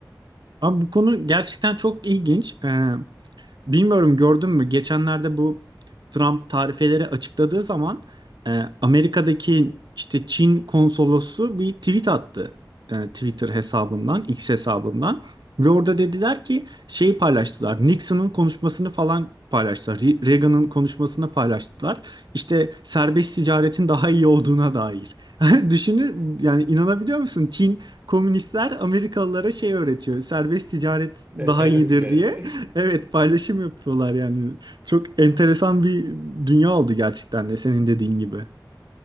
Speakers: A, on the right; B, on the right.
A: Abi bu konu gerçekten çok ilginç. E, Bilmiyorum gördün mü? Geçenlerde bu Trump tarifeleri açıkladığı zaman e, Amerika'daki işte Çin konsolosu bir tweet attı. E, Twitter hesabından, X hesabından. Ve orada dediler ki şeyi paylaştılar. Nixon'ın konuşmasını falan paylaştılar. Re- Reagan'ın konuşmasını paylaştılar. İşte serbest ticaretin daha iyi olduğuna dair. <laughs> Düşünür yani inanabiliyor musun? Çin komünistler Amerikalılara şey öğretiyor. Serbest ticaret daha
B: Ser serbest
A: iyidir
B: ticaret.
A: diye.
B: <laughs>
A: Evet paylaşım yapıyorlar yani. Çok enteresan bir dünya oldu gerçekten de senin dediğin gibi.